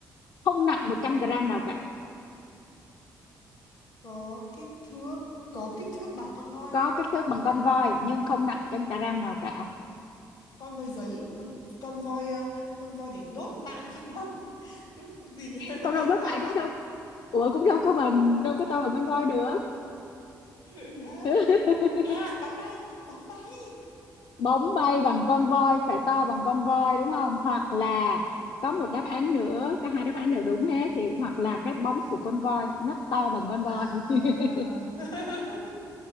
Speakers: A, on the left; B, on the left.
A: không nặng 100 gram nào cả
B: Có kích thước, có kích thước bằng con voi.
A: có kích thước bằng con voi nhưng không nặng trăm gram nào cả
B: Con voi giấy, con con voi ờ, con voi để đốt mạ vàng. <laughs> Con gì nhỉ? <laughs>
A: con voi rất
B: Hóa
A: nặng
B: vàng.
A: cũng đâu ủa cũng đâu có bằng đâu có to bằng con voi được
B: Ừ, <laughs> hả?
A: <laughs>
B: À, bóng bay, bóng bay
A: bóng bay bằng con voi phải to bằng con voi đúng không hoặc là có một đáp án nữa cả hai đáp án đều đúng hết thì hoặc là cái bóng
B: là
A: của con voi nó to bằng con voi
B: à
A: <laughs>
B: <laughs>